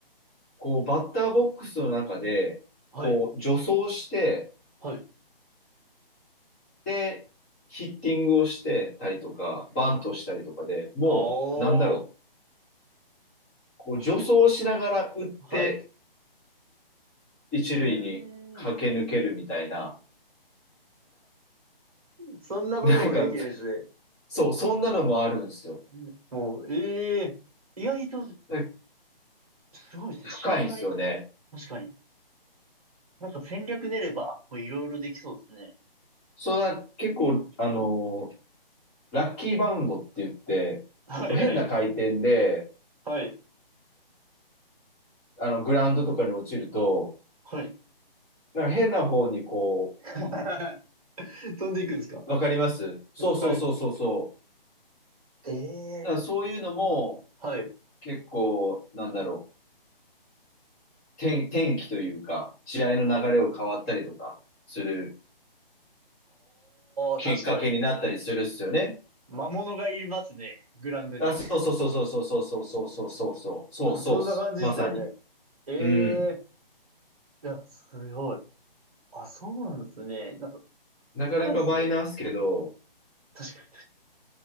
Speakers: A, on the left; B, on the right.
A: こう、バッターボックスの中で、
B: はい。
A: こう、助走して、
B: はい。
A: で、ヒッティングをしてたりとか、バントしたりとかでもう、
B: あ
A: なんだろう。
B: ー。
A: こう助走しながら打って
B: はい。う
A: 一塁に駆け抜けるみたいな、
B: ーん。そんなこともできるんです
A: なんか、そう、そんなのもあるんですよ。
B: ね。<laughs> もう、ええ意外と
A: で
B: すごいですね。
A: 深いんですよね。
B: 知らない。確かに。なんか戦略練れば、こういろいろできそうですね。
A: それは結構、あの、ラッキーバウンドって言って、
B: はいはい。
A: こう変な回転で、
B: はい。
A: あの、グラウンドとかに落ちると、
B: はい。
A: なんか変な方にこ
B: <laughs> 飛んでいくんですか
A: う、わかりますそうそうそうそうそう。
B: はい。ええ
A: だからそういうのも
B: はい。あ
A: 結構、なんだろう、天、天気というか、試合の流れを変わったりとかする
B: あ、
A: きっかけになったりするっすよね。
B: 確かに。魔物がいますね。グラウンドに。
A: あ、そうそうそうそうそうそうそうそうそうそうそうそうっす。
B: うんそんな感じですよね。
A: まさに。
B: ええ
A: うん。
B: いや、すごい。あ、そうなんですね。なんか、
A: なかなかマイナーっすけど、
B: 深いですね。確かに。